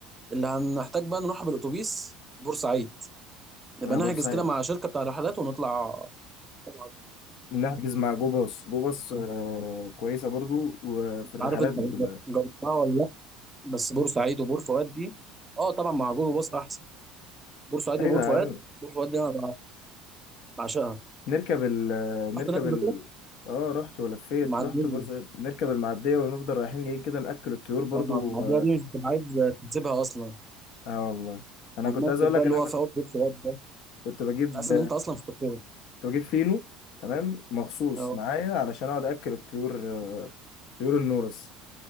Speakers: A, on the right; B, on the left.
A: اللي هنحتاج بقى نروح بالاتوبيس بورسعيد نبقى
B: مع
A: نحجز
B: بورسعيد
A: كده مع شركه بتاع رحلات ونطلع طبعاً
B: نحجز مع جو باص جو باص آه، كويسة برضو وفي
A: مش
B: الرحلات
A: عارف انت
B: بتبقى
A: جربتها ولا لا بس بورسعيد وبور فؤاد دي اه طبعا مع جوجل باص احسن بورسعيد وبور
B: أيوة يا
A: فؤاد
B: عم
A: بور فؤاد دي انا بعشقها
B: نركب ال نركب
A: رحت هناك قبل
B: ال
A: كده
B: اه رحت ولفيت
A: معديه
B: رحت بورسعيد نركب المعدية ونفضل رايحين جايين كده نأكل الطيور برضو
A: آه، معديه
B: اه
A: دي مش بتبقى عايز تسيبها اصلا
B: آه والله أنا
A: والمسجد
B: كنت عايز أقول لك
A: بقى اللي
B: إن أنا
A: هو في
B: كنت
A: اول بور فؤاد ده
B: كنت بجيب
A: تحس ان انت اصلا في تركيا
B: كنت بجيب فينو تمام مخصوص
A: اه
B: معايا علشان أقعد أكل الطيور آه، طيور النورس